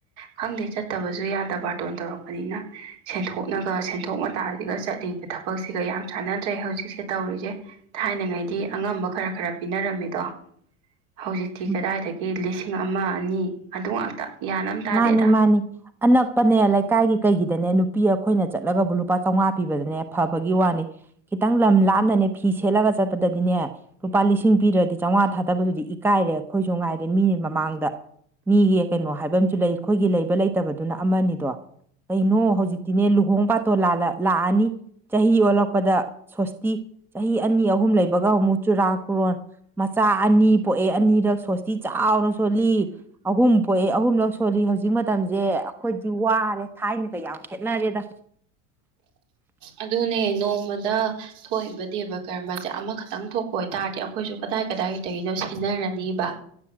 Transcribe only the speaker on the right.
ꯈꯪꯗꯦ ꯆꯠꯇꯕ ꯁꯨ ꯌꯥꯗꯕ ꯕꯥꯔꯇꯣꯟ ꯇꯧꯔꯛꯄꯅꯤꯅ ꯁꯦꯟꯊꯣꯛꯅꯒ ꯁꯦꯟꯊꯣꯛ ꯃꯇꯥꯖꯤꯒ ꯆꯠꯂꯤ ꯕ ꯊꯕꯛꯁꯤꯒ ꯌꯥꯝ ꯆꯥꯟꯅꯗ꯭ꯔꯦ ꯍꯧꯖꯤꯛꯁꯦ ꯇꯧꯔꯤꯖꯦ ꯊꯥꯏꯅꯉꯩꯗꯤ ꯑꯉꯝꯕ ꯈꯔ ꯈꯔ ꯄꯤꯅꯔꯝꯃꯤꯗꯣ ꯍꯧꯖꯤꯛꯇꯤ
ꯀꯗꯥꯏꯗꯒꯤ ꯂꯤꯁꯤꯡ ꯑꯃ ꯑꯅꯤ ꯑꯗꯨ ꯉꯥꯛꯇ ꯒ꯭ꯌꯥꯟ ꯑꯃ ꯇꯥꯗꯦꯗ
ꯑꯗꯨꯅꯦ ꯅꯣꯡꯃꯗ ꯊꯣꯛꯏꯕ ꯗꯦꯕ ꯀꯔꯃꯁꯦ ꯑꯃꯈꯠꯇꯪ ꯊꯣꯛꯄ ꯑꯣꯏꯇꯥꯔꯗꯤ ꯑꯈꯣꯏꯁꯨ ꯀꯗꯥꯏ ꯀꯗꯥꯏꯗꯒꯤꯅꯣ ꯁꯤꯟꯅꯔꯅꯤꯕ